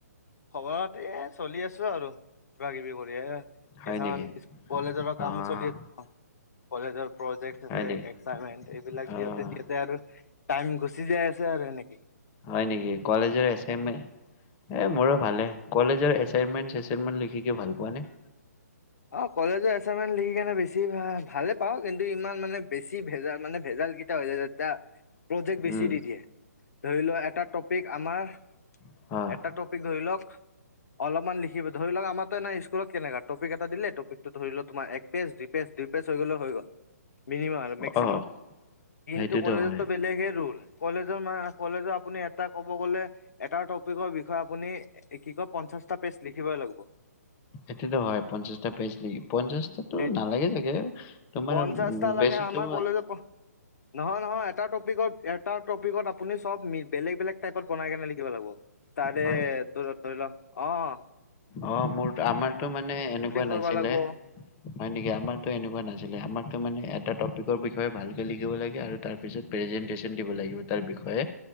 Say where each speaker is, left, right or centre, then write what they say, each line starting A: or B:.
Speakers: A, on the left; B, on the left.
A: খবৰ পাতি এ, চলি আছো আৰু কিবা কিবি কৰি এ
B: হয়
A: কেছামান
B: নেকি?
A: কিছু কলেজৰো কাম
B: অ'
A: চলি আছে কলেজৰ। প্ৰজেক্ট
B: হয়
A: আছে
B: নেকি?
A: একচাইমেন এইবিলাক,
B: অ'
A: দিওতে দিওতে আৰু টাইম গুছি চিজাই আছে আৰু এনেকে।
B: হয় নেকি? কলেজৰ এচাইমেন, এ, মোৰো। ভালে, কলেজৰ এচাইমেন, চেচাইমেন লিখিকে ভাল পোৱা নে?
A: অহ, কলেজৰ এচাইনমেট লিখিকিনে বেছি ভা ভালে পাওঁ, কিন্তু ইমান মানে, বেছি ভেজাল মানে ভেজা ভাল কিতা হৈ হয়, যাত্ৰা প্ৰজেক্ট বেছি
B: উম,
A: দি দিয়ে, ধৰিলোৱা এটা টপিক আমাৰ
B: অ'
A: এটা টপিক ধৰিলওক, অলপমান লিখিব ধৰিলওক, আমাৰো স্কুলত কেনেকা, টপিক এটা দিলে টপিকটো ধৰিলওক তোমাৰ এক পেজ, দুই পেজ, দুই পেজ, হৈ গ'লেও হৈ গ'ল। মিনিমাম আৰু মেক্সিমাম,
B: অ'
A: কিন্তু
B: সেইটোতো
A: কলেজতো
B: হয়।
A: বেলেগে ৰোল। কলেজৰ মান কলেজৰ আপুনি এটা ক'ব গ'লে এটা টপিকৰ বিষয়ে আপুনি কি কয়, পঞ্চাশটা পেজ লিখিবই লাগব।
B: সটোতো হয়, পঞ্চাশটা পেজ লিখিব। পঞ্চাশতো
A: সেই
B: নালাগে চাগে, তোমাৰ
A: পঞ্চাশটা লাগে
B: বেছিটো
A: আমাৰ কলেজত নহয়, নহয়। এটা টপিকত এটা টপিকত আপুনি চব বেলেগ বেলেগ টাইত বনাই কেনে লিখিব লাগিব। তাৰেটো
B: হয়
A: ধৰিলোৱা, অহ।
B: অহ, মোৰ আমাৰতো মানে এনেকুৱা
A: কৰিব
B: নাছিলে।
A: লাগিব
B: হয় নেকি? আমাৰতো এনেকুৱা নাছিলে আমাৰতো মানে, এটা টপিকৰ বিষয়ে ভালকে লিখিব লাগে আৰু তাৰ। পিছত প্ৰেজেন্টেশচন দিব লাগিব। তাৰ বিষয়ে